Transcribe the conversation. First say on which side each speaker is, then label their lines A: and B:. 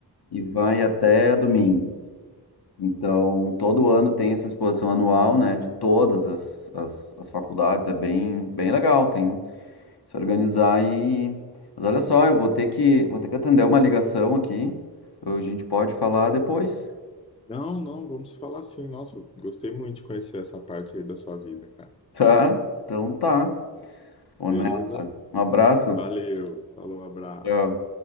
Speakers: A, on the left (about 65°); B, on the left (about 15°).
A: e vai até domingo. Então, todo ano tem essa exposição anual, né, de todas as, as, as faculdades, é bem, bem legal, tem que se organizar e... Mas olha só, eu vou ter que, vou ter que atender uma ligação aqui, a gente pode falar depois,
B: Não, não, vamos falar assim. Nossa, gostei muito de conhecer essa parte aí da sua vida, cara.
A: <laughs> tá? Então tá. Vou
B: Beleza?
A: nessa. Um abraço.
B: Valeu, falou, abraço.
A: Tchau.